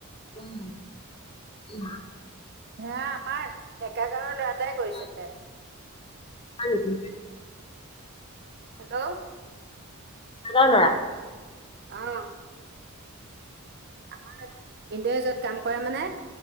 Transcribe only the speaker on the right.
সেইয়া আমাৰ ডেকা গাঁৱৰ ল'ৰা এটাই কৰিছে
বোলে।
হেল্ল'।
অ। আমাৰ মিন্টুয়ে যত কাম কৰে মানে,